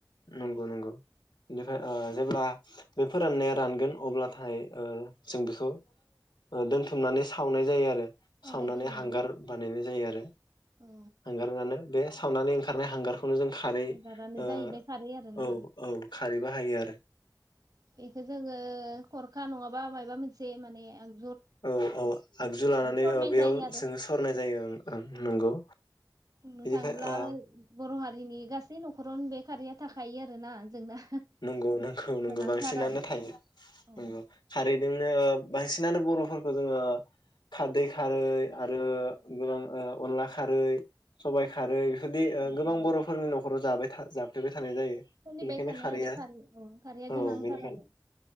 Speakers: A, on the left; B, on the right.
A: नंगौ नंगौ बेनिफाय ओ जेब्ला बे फोराननाया रानगोन अब्लाथाय ओ जों बेखौ ओ दोनथुमनानै सा सावनाय जायो आरो।
B: सावनाय
A: सावनानै
B: जायो
A: हांगार बानायनाय जायो आरो।
B: औ
A: हांगारानो बे सा सावनानै ओंखारनाय हांगार खौनो जों खारै
B: हांगारानो
A: ओ
B: जाहैबाय खारै आरोना
A: औ औ खारै बाहायो आरो।
B: बेखौ जोङो खरखा नङाबा मायाबा मोनसे माने आग
A: औ औ आगजु लानानै
B: सरनाय
A: ओ बेयाव
B: जायो आरो
A: जोङो सरनाय जायो ओं ओं नंगौ।
B: बुंनो
A: बेनिफ्राय
B: थाङोब्ला
A: ओ
B: बर' हारिनि गासै न'खरावनो बे खारैया थाखायो आरो ना जोंना
A: नंगौ नंगौ नंगौ
B: गोनांथार
A: बांसिनानो
B: आरो
A: थायो,
B: औ
A: नंगौ खारैदोंनो ओ बांसिनानो बर'फोरखौ जोङो खारदै खारै आरो गोबां ओ अनला खा खारै सबाय खारै जुदि ओ
B: औ
A: गोबां
B: औ
A: बर'फोरनि न' खराव जाबाय था जाफ्लोबाय थानाय जायो
B: सोलिबाय
A: बेनिखायनो
B: थानाय
A: खारैआ
B: आरो खारै औ खारैया
A: औ
B: गोनांथार
A: बेनिखायनो
B: आरो